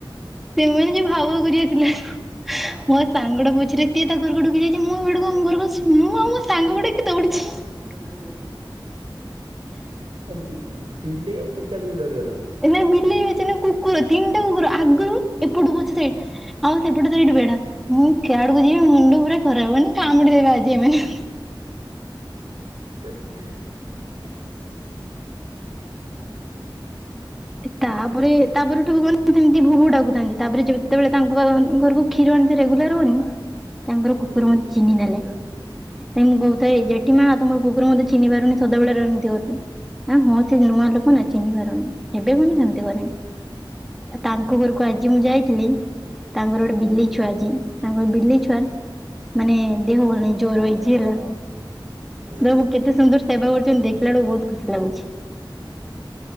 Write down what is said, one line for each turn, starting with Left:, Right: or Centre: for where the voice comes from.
Centre: ସେମାନେ ଯୋଉ ଭାଉ ଭାଉ କରିକି ଆସିଲେ ମୋ ସାଙ୍ଗଟାକୁ ପଛରେ ସିଏ ତା ଘରକୁ ଡୁକି ଯାଇଛି, ମୁଁ ଆଉ ଆଡକୁ ଆମ ଘରକୁ ଆସି ମୁଁ ଆଉ ମୋ ସାଙ୍ଗକୁ ଡ଼ାକି ଦୌଡିଛି। ମି
Right: ଏମତି ବିଲେଇ ଆଉ ପେଚାକୁ ବି ଡରିଗଲ?
Centre: ନାଇଁ ବିଲେଇ ହେଇଛି ନା, କୁକୁର ତିନଟା କୁକୁର। ଆଗରୁ ଏପଟୁ ପଛରୁ ସେଇ ଆଉ ସେପଟେ ସେଇଟି ବେଡା, ମୁଁ କେଆଡକୁ ଯିବି ମୁଣ୍ଡ ପୁରା ଖରାପ। ମାନେ କାମୁଡି ଦେବେ ଆଜି ଏମାନେ।
Right: <unintelligible>
Centre: ତାପରେ ତାପରଠୁ ଗଲି ଏମତି ଭୁବୁ ଡ଼ାକୁଥାନ୍ତି, ତାପରେ ଯେତେବେଳେ ତାଙ୍କ ଘରକୁ କ୍ଷୀର ଆଣିତେ ରେଗୁଲାର ଗନି ତାଙ୍କର
Right: ହୁଁ
Centre: କୁକୁର ମତେ ଚିହ୍ନି ନେଲା। ତାଇ ମୁଁ କହୁଥାଏ ଯେଠି ମା ତମର କୁକୁର ମତେ ଚିହ୍ନି ପାରୁନି ସଦାବେଳେ ରେମତି କରୁଛି। ଆ ହଁ ସେ ନୂଆ ଲୋକ ନା ଚିହ୍ନି ପାରୁନି। ହେବେ ମାନେ ସେମିତି କରେନି। ଆ ତାଙ୍କ ଘରକୁ ଆଜି ମୁଁ ଯାଇଥିଲି ତାଙ୍କର ଗୋଟେ ବିଲେଇ
Right: ହୁଁ
Centre: ଛୁଆ ଅଛି, ତାଙ୍କ ବିଲେଇ ଛୁଆର ମାନେ ଦେହ ଭଲ ନାହି ଜୋର ହେଇଛି ହେଲା।
Right: ହୁଁ।
Centre: ତ କେତେ ସୁନ୍ଦର ସେବା କରୁଛନ୍ତି ଦେଖିଲା ବେଳକୁ ବହୁତ ଖୁସି ଲାଗୁଛି।